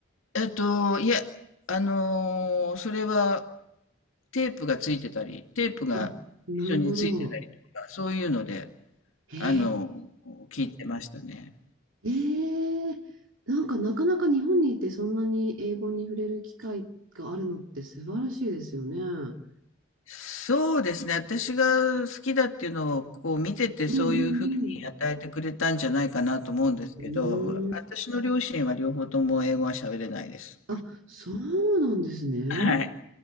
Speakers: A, on the left; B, on the right.
A: えっと、いや、あの、それはテープがついてたり、テープが
B: あ、なるほど。
A: 一緒についてたりとか、そういうので、
B: へ
A: あの、聞いてましたね。
B: ええなんかなかなか日本にいてそんなに英語に触れる機会があるのって素晴らしいですよね。うん
A: そうですね。私が好きだっていうのをこう見ててそういうふうに与えてくれたんじゃないかなと思うんですけど、
B: うんうん。うーん。
A: う私の両親は両方とも英語は喋れないです。
B: あ、そうなんですね。
A: はい。